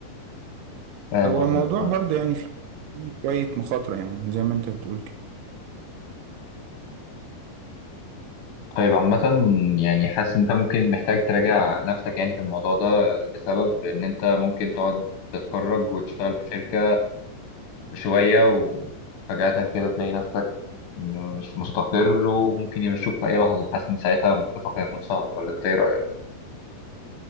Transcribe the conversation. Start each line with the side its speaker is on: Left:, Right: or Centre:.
Left: فاهم
Right: هو
Left: قصدك
Right: الموضوع
Left: آه.
Right: برضه يعني فيه شوية مخاطرة يعني زي ما انت بتقول كده
Left: طيب عامة يعني حاسس انت ممكن محتاج تراجع نفسك يعني في الموضوع ده بسبب ان انت ممكن تقعد تتخرج وتشتغل في شركة شوية وفجأة كده تلاقي نفسك مش مستقر وممكن يمشوك في أي لحظة حاسس إن ساعتها موقفك هيكون صعب ولا أنت إيه رأيك؟